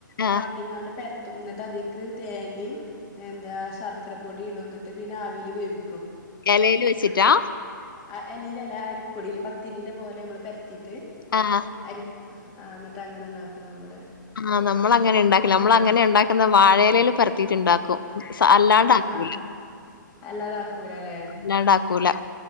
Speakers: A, on the left (about 85°); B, on the left (about 30°).
A: ആഹ്
B: വാട്ടിങ്ങാണ്ട് പര ത്തുംന്നിട്ട് അതീക്ക് തേങ്ങയും എന്താ ശർക്കര പൊടിടും എന്നിട്ട് പിന്നെ ആവിയില് വേവി
A: ഇലേല് വെച്ചിട്ടാ
B: ആ എലീലല്ല അരിപ്പൊടിയില് പത്തിരീന്റെ പോലെ നമ്മള് പെരത്തിയിട്ട്
A: ആഹ്
B: അരി ആഹ് എന്നിട്ട് അങ്ങനെ ഉണ്ടാക്കും ഞങ്ങളവിടെ
A: ആഹ് നമ്മളങ്ങനെ ഉണ്ടാക്കില്ല. നമ്മള അങ്ങനെ ഉണ്ടാക്കുന്നെ വാഴലയില് പരത്തിയിട്ടുണ്ടാക്കും അല്ലാണ്ടാക്കൂല്ലാ
B: ആഹ് ആഹ് അല്ലാതാക്കൂലല്ലേ
A: അല്ലാണ്ടാക്കൂല്ലാ